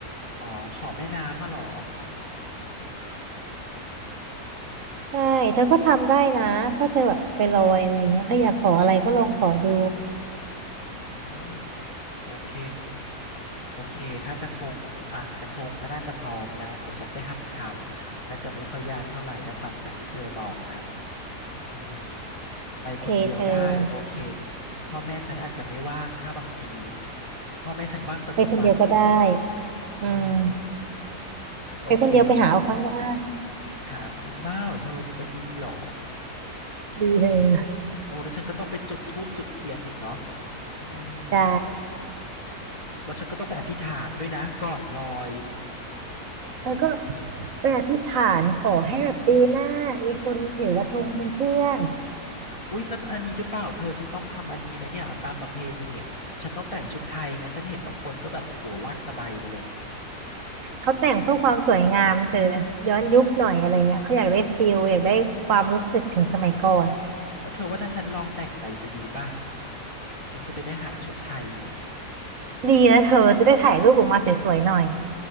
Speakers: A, on the left (about 20°); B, on the right (about 55°).
A: อ๋อขอแม่น้ำมาเหรอ
B: ใช่เธอก็ทำได้นะถ้าเธอแบบไปลอยอะไรเงี้ยถ้าอยากขออะไรก็ลองขอดู
A: อืมโอเคโอเคถ้ากระทงงั้นก็อ่ะกระทงก็น่าจะพร้อมแล้วเดี๋ยวฉันไปหัดทำน่าจะไม่ค่อยยากเท่าไหร่ถ้าฟังจากที่เธอบอกนะอืมไปคนเดียวได้โอเค
B: โอเคเธอ
A: พ่อแม่ฉันอาจจะไม่ว่างถ้าบางทีพ่อแม่ฉันว่างตอนกลางวันไง
B: ไปคนเดียวก็ได้อืม
A: อืมโอเคแล้ว
B: ไปคนเดียวไปหาเอาข้างหน้า
A: หาบ้าเหรอเธอมันจะดีเหรอ
B: ดีเธอ
A: โอ้แล้วฉันก็ต้องไปจุดธูปจุดเทียนอีกเนาะอืม
B: ได้
A: แล้วฉันก็ต้องไปอธิษฐานด้วยนะก่อนลอยอืม
B: เธอก็ไปอธิษฐานขอให้แบบปีหน้ามีคนถือกระทงเป็นเพื่อน
A: อุ๊ยแล้วอันนี้หรือเปล่าเธอฉันต้องทำอันนี้ไหมเนี่ยตามประเพณีอ่ะฉันต้องแต่งชุดไทยไหมฉันเห็นบางคนก็แบบโอ้โหลากสบายไปเลย
B: เขาแต่งเพื่อความสวยงามเธอย้อนยุคหน่อยอะไรเงี้ยเขาอยากได้ฟิลอยากได้ความรู้สึกถึงสมัยก่อน
A: หรอแล้วเธอว่าถ้าฉันลองแต่งไปจะดีป่ะฉันจะไปได้หาชุดไทยไง
B: ดีนะเธอจะได้ถ่ายรูปออกมาสวยๆหน่อย